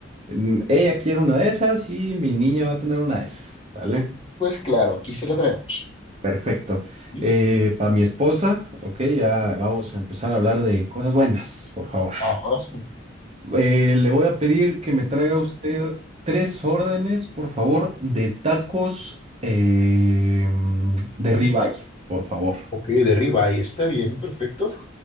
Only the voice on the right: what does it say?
mm, ella quiere una de esas y mi niña va a tener una de esas, ¿sale?
Perfecto.
Eh, para mi esposa, ok, ya vamos a empezar a hablar de cosas buenas, por favor.
Eh, le voy a pedir que me traiga usted tres órdenes, por favor, de tacos eh, de
ribeye, por favor.